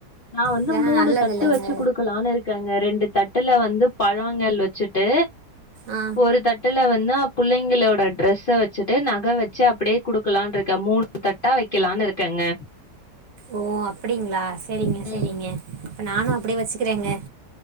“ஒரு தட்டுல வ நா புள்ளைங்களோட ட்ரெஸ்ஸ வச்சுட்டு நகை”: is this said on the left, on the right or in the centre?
Left